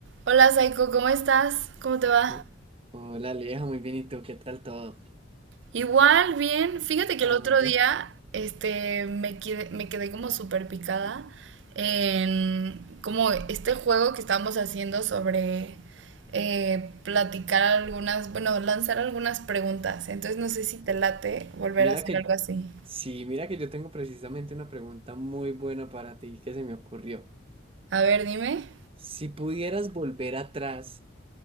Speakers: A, on the right; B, on the right.
A: Hola Saiko, ¿cómo estás? ¿Cómo te va?
B: Oh, hola, Aleja, muy bien, ¿y tú qué tal todo?
A: Igual, bien. Fíjate que
B: Ah,
A: el otro
B: bueno,
A: día, este, me quedé, me quedé como súper picada en como este juego que estábamos haciendo sobre eh, platicar algunas, bueno, lanzar algunas preguntas. Entonces no sé si te late volver
B: mira
A: a hacer
B: que,
A: algo así.
B: sí, mira que yo tengo precisamente una pregunta muy buena para ti que se me ocurrió.
A: A ver, dime.
B: Si pudieras volver atrás